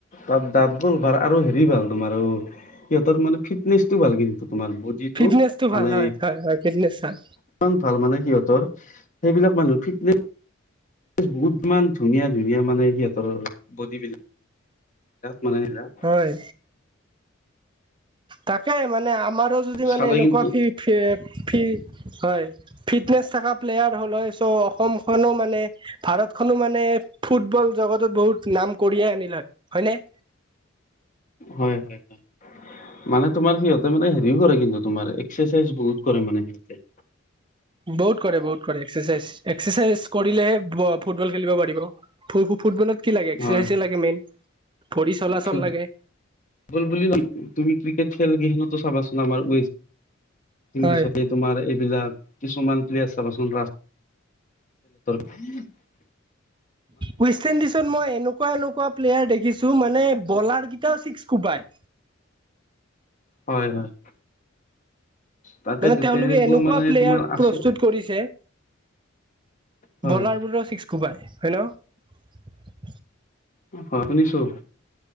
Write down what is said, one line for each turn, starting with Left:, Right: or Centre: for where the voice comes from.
Left: তাত দাঁতবোৰ ভাল আৰু হেৰি ভাল তোমাৰ অ' সিহঁতৰ মানে ফিটনেচটো ভাল কিন্তু। তোমাৰ বডিটো
Right: ফিটনেছটো
Left: মানে
Right: ভাল হয় হয় হয়, ফিটনেছ ভাল।
Left: ইমান ভাল মানে সিহঁতৰ সেইবিলাক মানুহ ফিটনেছ বহুত ইমান ধুনীয়া ধুনীয়া মানে সিহঁতৰ বডি বিল মানে এলা
Right: হয় তাকে মানে আমাৰো যদি মানে
Left: চালে
Right: এনেকুৱা
Left: কিন্তু
Right: ফি-ফি-ফি হয়, ফিটনেছ থাকা প্লেয়াৰ হ'ল হয় চ' অসমখনো মানে ভাৰতখনো মানে ফুটবল জগতত বহুত নাম কৰিয়ে আনিল হয় হয়নে?
Left: হয় হয় হয়, মানে তোমাৰ সিহঁতে মানে হেৰিও কৰে কিন্তু তোমাৰ এক্সাৰচাইজ বহুত কৰে মানে সিহঁতে।
Right: বহুত কৰে বহুত কৰে এক্সাৰচাইজ। এক্সাৰচাইজ কৰিলেহে ফুটবল খেলিব পাৰিব ফ-ফুটবলত কি লাগে এক্সাৰচাইজে
Left: হয় হয়
Right: লাগে মেইন, ভৰি চলাচল
Left: ফুটবল
Right: লাগে।
Left: বুলি তুমি ক্ৰিকেট খেল কেইখনতো চাবাচোন আমাৰ ৱেছ
Right: হয়
Left: পিছতে তোমাৰ এইবিলাক কিছুমান প্লেছ চাবচোন <unintelligible>
Right: ৱেষ্ট ইণ্ডিজত মই এনেকুৱা এনেকুৱা প্লেয়াৰ দেখিছোঁ মানে বলাৰ টাও চিক্স কোবাই।
Left: হয় হয়। তাকে
Right: মানে তেওঁলোকে
Left: তেনেকুৱা
Right: এনেকুৱা
Left: মানে
Right: প্লেয়াৰ
Left: তোমাৰ আচ
Right: প্ৰস্তুত কৰিছে।
Left: হয়
Right: বলাৰবোৰো ছিক্সকোবাই হয় ন
Left: হয় শুনিছো